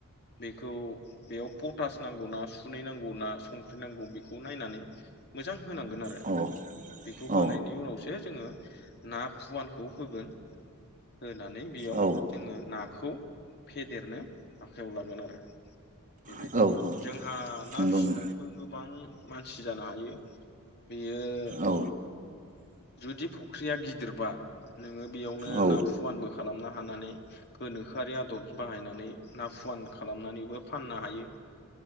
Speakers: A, on the left (about 50°); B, on the right (about 35°).
A: बेखौ बेयाव पटास नांगौ ना सुनै नांगौ ना संख्रि नांगौ बेखौ नायनानै मोजां होनांगोन आरो
B: औ
A: बेखौ
B: औ
A: होनायनि उनावसो जोङो ना फुवानखौ होगोन होनानै बेयाव
B: औ
A: जोङो नाखौ फेदेरनो आखायाव लागोन आरो बेबायदि
B: औ
A: जोंहा ना
B: नंगौ
A: फिसिनानैबो
B: नों
A: गोबां मानसि जानो हायो। बेयो
B: औ
A: जुदि फुख्रिया गिदिरबा नोङो बेयावनो
B: औ
A: ना फुवानबो खालामनो हानानै गोनोखोआरि आदब बाहायनानै ना फुवान खालामनानैबो फाननो हायो।